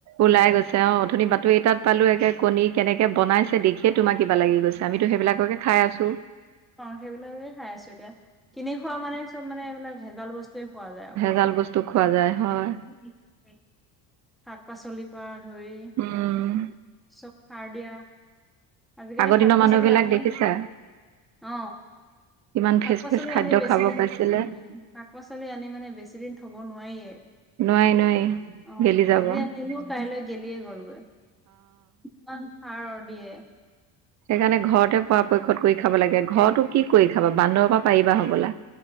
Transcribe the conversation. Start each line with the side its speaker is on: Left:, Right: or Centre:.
Right: ওলাই গৈছে। অ', উঠনি বাতৰি এটাত পালো একে কণী কেনেকে বনাই দেখিয়ে তোমাৰ কিবা লাগি গৈছে। আমিতো সেইবিলাককে খাই আছো।
Centre: অ', সেইবিলাক খাই আছো। এতিয়া কিনি খোৱা মানে চব মানে এইবিলাক ভেজাল বস্তুৱে খোৱা যায় আৰু।
Right: ভাল বস্তু খোৱা
Centre: <inaudible>
Right: যায় হয়
Centre: শাক পাচলিৰ পৰা ধৰি
Right: উম
Centre: চব সাৰ দিয়া। আজিকালি
Right: আগৰ
Centre: শাক
Right: দিনৰ
Centre: পাচলি
Right: মানুহ বিলাক
Centre: আনি,
Right: দেখিছা
Centre: অ'।
Right: কিমান
Centre: শাক
Right: ফ্ৰেচ
Centre: পাচলি
Right: ফ্ৰেচ খাদ্য
Centre: আনি বেছি
Right: খাব
Centre: দিন,
Right: পাইছিলে
Centre: উম, শাক পাচলি আনি মানে বেছি দিন থ'ব নোৱাৰিয়ে।
Right: নোৱাৰি নোৱাৰি
Centre: অ'
Right: গেলি যাব
Centre: আজি
Right: অ
Centre: আনিলো কাইলৈ গেলিয়ে গ'লগৈ। কিমান সাৰৰ দিয়ে।
Right: সেইকাৰণে ঘৰতে পৰাপক্ষত কৰি খাব লাগে। ঘৰতো কি কৰি খাবা বান্দৰ পৰা পাৰিবা হবলা।